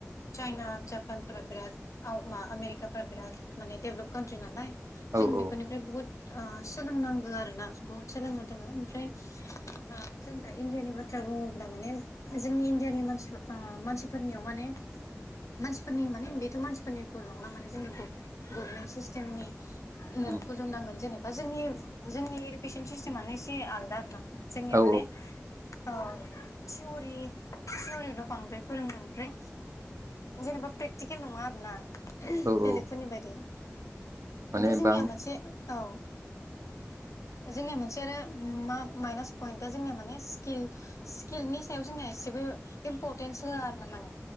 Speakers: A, on the left; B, on the right.
A: चाइना जापानफोरा बिराद आव मा आमेरिका फोरा बिराद माने डेभलप काउन्ट्रि नालाय
B: औ
A: जों बेफोरनिफ्राय
B: औ
A: बुहुत ओ सोलोंनांगौ आरोना बुहुत सोलोंनो दोङो ओमफ्राय ओ जों दा इण्डियानि बाथ्रा बुङोब्ला माने जोंनि डियानि मानसिफोर ओ मानसिफोरनियाव माने मानसिफोरनि माने बेथ' मानसिफोरनि बुं नंला माने जोंनि गभ गभमेट सिस्टेमनि नों
B: उम
A: भुलुमनांगोन जेनेबा जोंनि जोंनि पेसेन सिस्टेमानो एसे आलदा आरो ना जोंनिया
B: औ
A: माने ओ थिउरि थियरिल' बांद्राय फोरोङो ओमफ्राय जेनेबा प्रेक्टिकेल नङा आरोना। बेलेगफोरनि
B: औ औ
A: बादि।
B: माने
A: ओमफ्राय जोंनिया
B: बां
A: मोनसे औ। जोंनिया मोनसे आरो ओम मा माइनास पइटआ जोंनिया माने स्किल स्किलनि सायाव जोंनिया इसेबो इम्परटेन्स होआ आरो ना माने